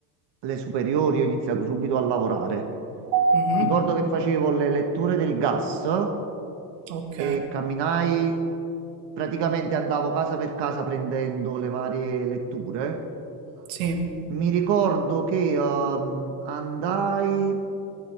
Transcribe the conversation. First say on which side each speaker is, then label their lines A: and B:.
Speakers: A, on the right (about 65°); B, on the right (about 80°).
A: le superiori ho iniziato subito a lavorare.
B: Mhm.
A: Ricordo che facevo le letture del gas
B: Ok,
A: e camminai, praticamente andavo casa per casa prendendo le varie letture.
B: sì,
A: Mi ricordo che ehm, andai,